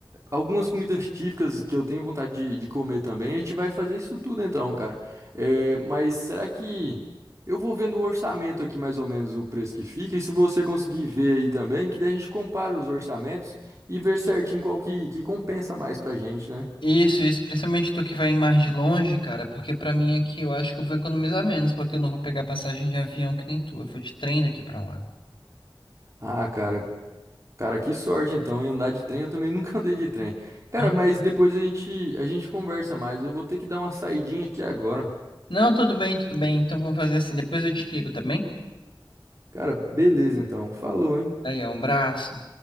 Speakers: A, on the right; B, on the left.
A: algumas comidas típicas que eu tenho vontade de, de comer também. A gente vai fazer isso tudo então, cara. É, mas será que eu vou vendo o orçamento aqui mais ou menos o preço que fica? E se você conseguir ver aí também, que daí a gente compara os orçamentos e ver certinho qual que, que compensa mais pra gente, né?
B: Isso, isso, principalmente tu que vai mais de longe, cara, porque pra mim aqui eu acho que eu vou economizar menos, porque eu não vou pegar passagem de avião que nem tu. Eu vou de trem daqui pra lá.
A: Ah, cara, cara, que sorte então em andar de trem. Eu também <laughs> nunca andei de trem. Cara,
B: Ah,
A: mas depois a gente a gente conversa mais. Eu vou ter que dar uma saidinha aqui agora.
B: Não, tudo bem, tudo bem. Então vamos fazer assim. Depois eu te ligo, tá bem?
A: Cara, beleza então. Falou, hein?
B: Daí, ó, um abraço.